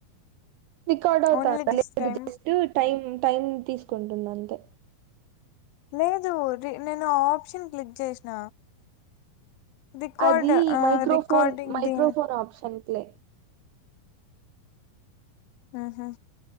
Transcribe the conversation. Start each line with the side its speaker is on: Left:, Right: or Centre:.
Right: రికార్డ్ అవుతాదా
Left: ఓన్లీ దిస్
Right: లేదు
Left: టైమ్
Right: జస్ట్ టైమ్ టైం తీసుకుంటుంది అంతే
Left: లేదు నేను ఆప్షన్ క్లిక్ చేసిన రికార్డ్
Right: అది
Left: ఆ
Right: microphone
Left: recording
Right: microphone
Left: the
Right: option తే
Left: ఊహూ